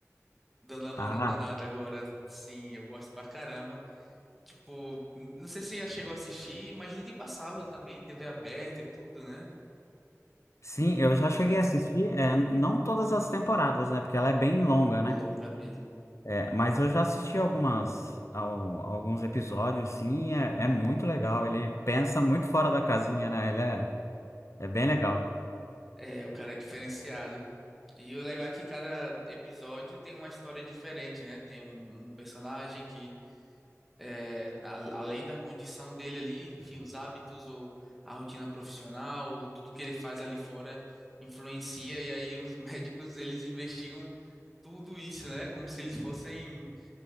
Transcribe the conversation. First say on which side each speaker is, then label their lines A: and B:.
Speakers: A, in the centre; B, on the left (about 60°).
A: dando uma maratonada
B: Ah,
A: agora. Sim, eu gosto pra caramba. Tipo, n- não sei se você já chegou a assistir, imagino que passava também, TV aberta e tudo, né?
B: sim, eu já
A: Atrás.
B: cheguei a assistir, é, não todas as temporadas, né? Porque ela é bem longa, né?
A: Longa mesmo.
B: É, mas eu já assisti algumas, ao- alguns episódios, sim, e é, é muito legal. Ele pensa muito fora da casinha, né? Ele é, é bem legal.
A: É, o cara é diferenciado. E o legal é que cada episódio tem uma história diferente, né? Tem um, um personagem que, é, a- além da condição dele ali, enfim, os hábitos ou a rotina profissional, tudo que ele faz ali fora influencia. E aí os <laughs> médicos, eles investigam tudo isso, né? Como se eles fossem,